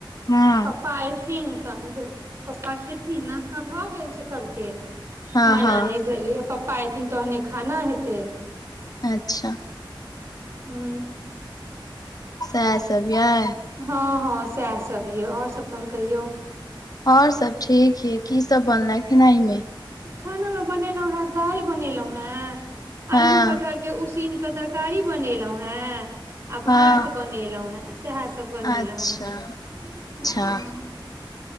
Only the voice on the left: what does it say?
हँ
हँ
हँ
अच्छा
सैह सब अय
आओर सब ठीक यै की सब बनले खेनाइ मे
हँ
हँ
अच्छा
अच्छा